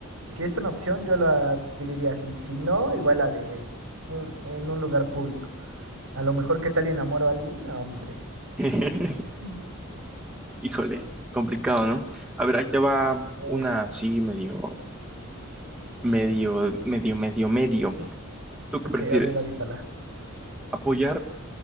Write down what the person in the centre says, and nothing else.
<laughs>
Híjole, complicado, ¿no? A ver, ahí te va
una así medio, medio, medio, medio, medio. ¿Tú
qué prefieres?
¿Apoyar